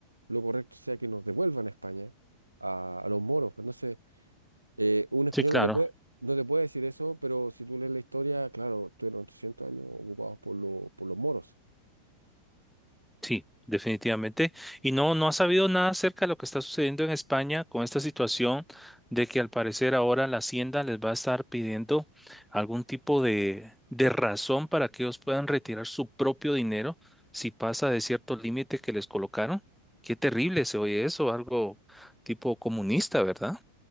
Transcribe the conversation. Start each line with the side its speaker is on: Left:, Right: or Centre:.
Right: lo correcto sea que nos devuelvan a España, a, a los moros. Pues, Entonces. Eh, un español
Centre: Sí, claro.
Right: no te puede, no te puede decir eso, pero si tú lees la historia, claro, tuvieron 800 años ocupados por, lo- por los moros.
Centre: Sí, definitivamente. Y no, no ha sabido nada acerca de lo que está sucediendo en España con esta situación de que al parecer ahora la Hacienda les va a estar pidiendo algún tipo de, de razón para que ellos puedan retirar su propio dinero si pasa de cierto límite que les colocaron. Qué terrible se oye eso, algo tipo comunista, ¿verdad?